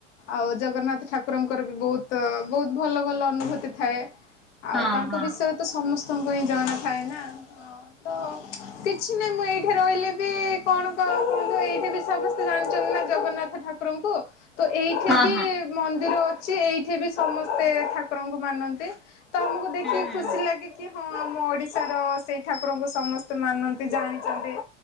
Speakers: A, on the left (about 70°); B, in the centre.
A: ଆଉ ଜଗନ୍ନାଥ ଠାକୁରଙ୍କ ଙ୍କର ବି ବୋହୁତ ବୋହୁତ୍ ଭଲ ଭଲ ଅନୁଭୂତି ଥାଏ
B: ହଁ
A: ଆଉ ତାଙ୍କ
B: ହଁ
A: ବିଷୟରେ ତ ସମସ୍ ତାଙ୍କୁ ହିଁ ଜଣା ଥାଏ ନା ହଁ ତ କିଛି ନାହିଁ ମୁଁ ଏଇଠି ରହିଲେ ବି କଣ କ କୁହନ୍ତୁ ଏଇଠି ବି ସମସ୍ତେ ଜାଣିଛନ୍ତି ନା ଜଗନ୍ନାଥ ଠାକୁରଙ୍କୁ ତ ଏଇଠି
B: ହଁ
A: ବି
B: ହଁ।
A: ମନ୍ଦିର ଅଛି ଏଇଠି ବି ସମସ୍ତେ ଠାକୁରଙ୍କୁ ମାନନ୍ତି। ତମକୁ ଦେଖିକି
B: ହୁଁ ହୁଁ
A: ଖୁସି ଲାଗେ କି ହଁ ଆମ ଓଡିଶାର ସେଇ ଠାକୁରଙ୍କୁ ସମସ୍ତେ ମାନନ୍ତି ଜାଣିଚନ୍ତି